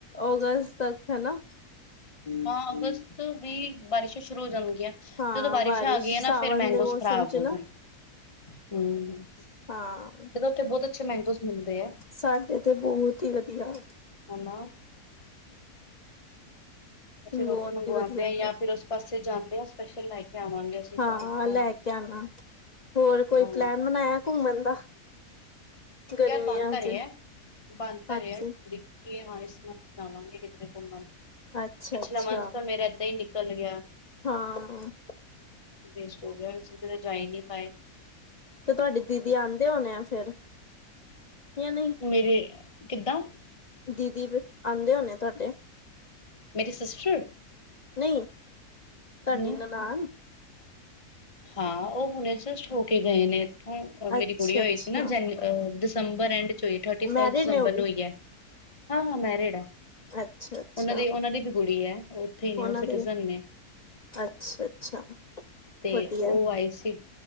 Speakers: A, on the left; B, on the left.
A: ਅਗਸਤ ਤੱਕ ਹਨਾ
B: ਹਾਂ ਅਗਸਤ ਵੀ ਬਾਰਿਸ਼ਾਂ ਸ਼ੁਰੂ ਹੋ ਜਾਂਣਗੀਆਂ
A: ਹਾਂ
B: ਜਦੋਂ ਬਾਰਿਸ਼ਾਂ
A: ਬਾਰਿਸ਼
B: ਆ ਗਈਆਂ
A: ਸਾਵਣ
B: ਨਾ ਫੇਿਰ ਮੈਂਗੋਸ
A: ਦੇ ਮੌਸਮ
B: ਖ਼ਰਾਬ
A: ਚ
B: ਹੋ
A: ਨਾ
B: ਗਏ ਹਮ
A: ਹਾਂ
B: ਉ ਬਹੁਤ ਅੱਛੇ ਮੈਗੋਜ ਮਿਲਦੇ ਆ
A: ਸਾਡੇ ਤੇ ਬਹੁਤ ਹੀ ਵਧੀਆ ਹਮ
B: ਹਨਾ ਅਸੀਂ
A: ਬਹੁਤ
B: ਉੱਥ ਮੰਗਵਾਉਂਦੇ
A: ਹੀ ਵਧੀਆ
B: ਹਾਂ ਜਾਂ ਫਿਰ ਉਸ ਪਾਸੇ ਜਾਂਦੇ ਆਾਂ ਸਪੈਸ਼ਲ ਲੈ ਕੇ ਆਵਾਂਗੇ ਅਸੀਂ
A: ਹਾਂ
B: ਤਾਂ ਉੱਥੋਂ
A: ਲੈ ਕੇ ਆਣਾ ਹੋਰ ਕੋਈ
B: ਹਾਂ
A: ਪਲੈਨ ਬਣਾਇਆ ਘੁੰਮਣ ਦਾ ਗਰਮੀਆਂ
B: ਯਾਰ ਬਣਤਾਾਰ
A: ਚ
B: ਹੈ ਬਣਤਰਾਰ
A: ਹਾਂਜੀ
B: ਖੀ ਹਾਂ ਇਸ ਮੰਣਾਵਾਂਗੇ ਕਿਧਰੇ ਘੁੰਮਣ
A: ਅੱਛਾ
B: ਪਿਛਲਾ
A: ਅੱਛਾ
B: ਮੰਥ ਤਾਂ ਮੇਰੇ ਇੱਦਾਂ ਹੀ ਨਿਕਲ ਚੱਲ ਗਿਆ
A: ਹਾਂ
B: ਵੇਸਟ ਹੋ ਗਿਆ ਅਸੀ ਕਤੇ ਜਾਈ ਨਹੀਂੀ ਪਾਏ
A: ਤੇ ਤੁਹਾਡੀ ਦੀਦੀ ਆਉਂਦੇ ਹੋਣੇ ਆ ਫਿਰ ਯ ਨਹੀਂ
B: ਮੇਰੇ ਕਿੱਦਾਂ
A: ਦੀਦੀ ਆਉਂਦੇ ਹੋਣੇ ਤੁਹਾਡੇ
B: ਮੇਰੀ ਸਿਸਟਰ
A: ਨਹੀਂ ਤੁਹਾਡੀ
B: ਹੂੰ
A: ਨਨਾਾਨ
B: ਹਾਂ ਉਹ ਹੁਣੇ ਜਸਟ ਹੋ ਕੇ ਗਏ ਨੇ ਹਾਂ ਮੇਰੀ
A: ਅੱਛਾ
B: ਕੁੜੀ ਹੋਈ
A: ਅੱਛਾ
B: ਸੀ ਨਾ ਜਨ ਦਸੰਬਰ ਐਂਡ 'ਚ ਹੋਈ ਥਰਟੀ ਫਸਟ
A: ਮੈਰਿਡ
B: ਦਸੰਬਰ
A: ਨੇ ਉਹ ਵੀ
B: ਨੂੰ ਹੋਈ ਹੈ ਹਾਂ ਹਾਂ ਮੈਰਿਡ ਹੈ
A: ਅੱਛਾ ਅੱਛਾ
B: ਉਹਨਾਂ ਦੀ ਉਹਨਾਂ ਦੀ ਵੀ ਗੜੀ ਹੈ ਇੱਥੇ ਨੇ
A: ਉਹਨਾਂ
B: ਉਹ ਸਿਟੀਜਨ
A: ਦੇ
B: ਨੇ
A: ਅੱਛਾ ਅੱਛਾ
B: ਤੇ
A: ਵਧੀਆ
B: ਉਹ ਆਏ ਸੀ